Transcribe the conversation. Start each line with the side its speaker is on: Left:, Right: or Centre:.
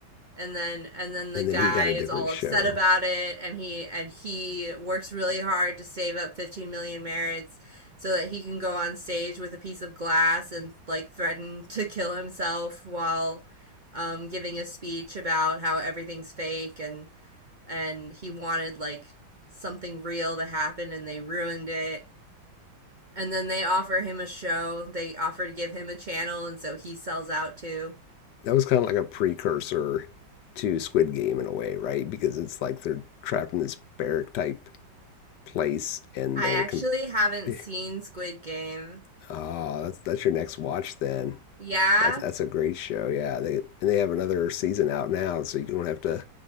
Right: and then and then the
Left: And
Right: guy
Left: then he got a different
Right: is all upset
Left: show.
Right: about it and he and he works really hard to save up 15 million merits so that he can go on stage with a piece of glass and like threaten to kill himself while um, giving a speech about how everything's fake and and he wanted like something real to happen and they ruined it and then they offer him a show they offer to give him a channel and so he sells out too
Left: that was kind of like a precursor to Squid Game in a way, right? Because it's like they're trapped in this barrack type place and
Right: i
Left: they're
Right: actually
Left: com-
Right: haven't
Left: <laughs>
Right: seen squid game
Left: oh, that's that's your next watch then.
Right: Yeah.
Left: That's that's a great show. Yeah, they and they have another season out now, so you don't have to